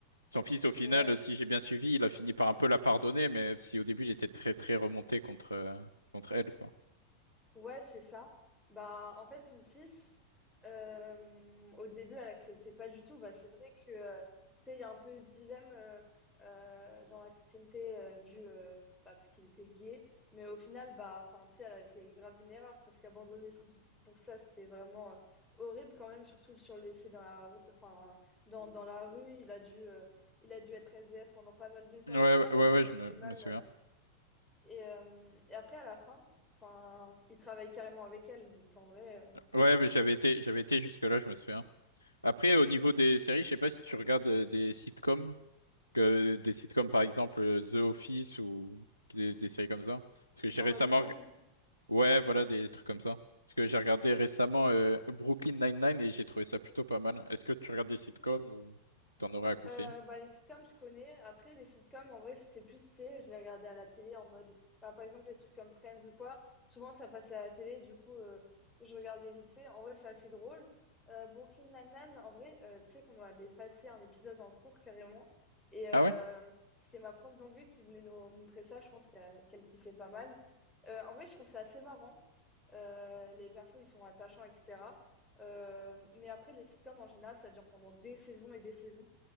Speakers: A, on the right; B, in the centre.
A: son fils au final,
B: Ouais.
A: si j'ai bien suivi, il a fini par un peu la pardonner, mais si au début il était très très remonté contre euh, contre elle, quoi.
B: Ouais, c'est ça. Bah, en fait, son fils, euh, au début, elle acceptait pas du tout. Bah, c'est vrai que, euh, tu sais, il y a un peu ce dilemme euh, euh, dans la chrétienté euh, du, euh, bah, parce qu'il était gay. Mais au final, bah, enfin, tu sais, elle avait fait grave une erreur parce qu'abandonner son fils pour ça, c'était vraiment euh, horrible quand même, surtout sur le laisser dans la rou- enfin, dans, dans la rue. Il a dû, euh, il a dû être SDF pendant pas mal de temps,
A: Ouais,
B: etc.
A: ouais,
B: Donc,
A: ouais, ouais,
B: il
A: je
B: a eu
A: me,
B: du mal.
A: je me souviens.
B: euh, et, euh, et après, à la fin, enfin, il travaille carrément avec elle. Donc, en vrai, euh,
A: Ouais, mais j'avais été, j'avais été jusque-là, je me souviens. Après, au niveau des séries, je sais pas si tu regardes euh, des sitcoms, que des sitcoms par exemple euh, The Office ou des, des séries comme ça. Parce que j'ai
B: en
A: récemment
B: mode Friends.
A: Ouais, voilà, des trucs comme ça. Parce que j'ai regardé récemment euh, Brooklyn Nine-Nine et j'ai trouvé ça plutôt pas mal. Est-ce que tu regardes des sitcoms ou t'en aurais à conseiller?
B: Euh, bah, les sitcoms, je connais. Après, les sitcoms, en vrai, c'était plus, tu sais, je les regardais à la télé en mode, bah, par exemple, les trucs comme Friends ou quoi. Souvent, ça passait à la télé. Du coup, euh, je regardais vite fait. En vrai, c'est assez drôle. Euh, Brooklyn Nine-Nine, en vrai, euh, tu sais qu'on avait passé un épisode en cours carrément. Et euh,
A: Ah ouais?
B: c'était ma prof d'anglais qui voulait nous montrer ça. Je pense qu'elle qu'elle kiffait pas mal. Euh, en vrai, je trouve ça assez marrant. Euh, les persos, ils sont attachants, etc. Euh, mais après, les sitcoms, en général, ça dure pendant des saisons et des saisons.